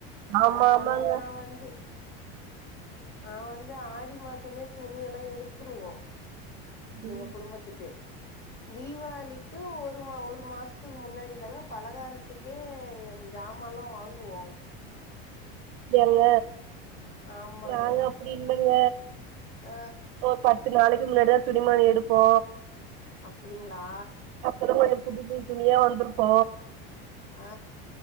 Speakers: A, on the right (about 70°); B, on the left (about 35°).
A: ஆமா
B: அதுனால
A: ஆமாங்க
B: நா வந்து நா வந்து ஆடி மாசமே துணி எல்லா எடுத்துருவோ
A: டி
B: எங்க குடும்பத்துக்கு <inaudible> தீபாவளிக்கு ஒரு ஒரு மாசத்துக்கு முன்னாடி தாங்க பலகாரத்துக்கே ஜாமான்லா வாங்குவோ
A: எல்ல
B: ஆமாங்க
A: நாங்க அப்டி இல்லங்க
B: ஆ
A: ஒரு பத்து நாளைக்கு முன்னாடிதா துணிமணி எடுப்போ
B: அப்டிங்களா
A: அப்பதா கொஞ்சோ புது புது துணியா வந்திருக்கு
B: ஆ